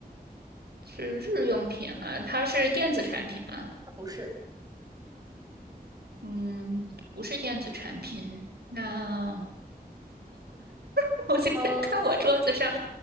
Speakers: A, on the right; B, on the right.
A: 是日用品哈，它是电子产品吗？
B: 它不是，
A: 嗯，不是电子产品。那 <laughs> 我现在看我桌子上
B: 嗯